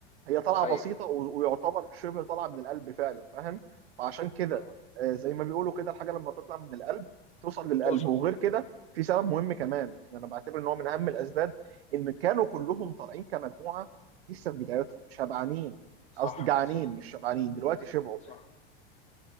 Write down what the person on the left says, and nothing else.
ده حقيقي
اه
توصل
صح
صح
صح